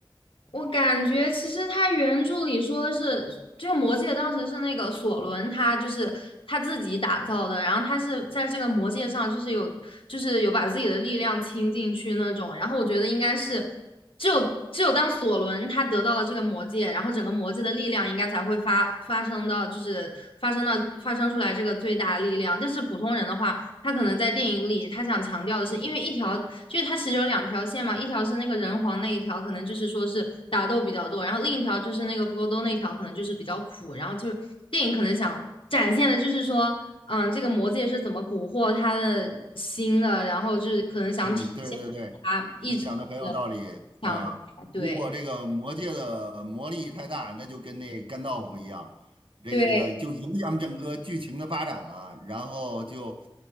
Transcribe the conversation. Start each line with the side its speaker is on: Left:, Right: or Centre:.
Left: 我感觉其实他原著里说的是，这个魔戒当时是那个索伦他就是他自己打造的，然后他是在这个魔戒上就是有就是有把自己的力量倾进去那种，然后我觉得应该是只有只有当索伦他得到了这个魔戒，然后整个魔戒的力量应该才会发发生到就是发生到发生出来这个最大的力量，但是普通人的话。他可能在电影里，他想强调的是，因为一条就是他其实有两条线嘛，一条是那个人皇那一条，可能就是说是打斗比较多，然后另一条就是那个弗罗多那条，可能就是比较苦。然后就是电影可能想展现的就是说，嗯，这个魔戒是怎么蛊惑他的心的，然后就是可能想体现他一直的
Right: 嗯，对对对，你讲的很有道理。啊！
Left: 强大对
Right: 如果这个魔界的魔力太大，那就跟那干豆腐一样，这个这个就影响整个剧情的发展了，
Left: 对，
Right: 然后就